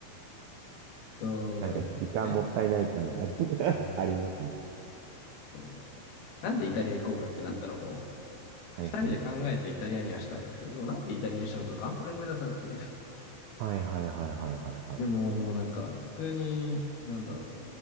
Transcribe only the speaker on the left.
そうなんですよね。
うん、
そう。なんでイタリア行こうかってなったのも、
2人で考えてイタリアにはしたんですけど、でもなんでイタリアにしたのかがあんまり思い出せなくて。<laughs>
でももうなんか普通に、なんだろ